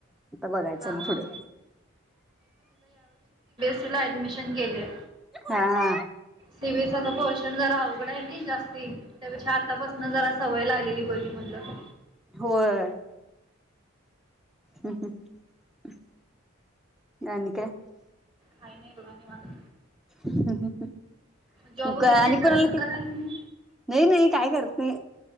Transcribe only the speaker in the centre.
आता बघायचं
पुढं.
हा हा
होय. हम् हम. आणि काय?
हम हम.
आणि
कोणाला
के
नाही नाही काय करत नाही‌.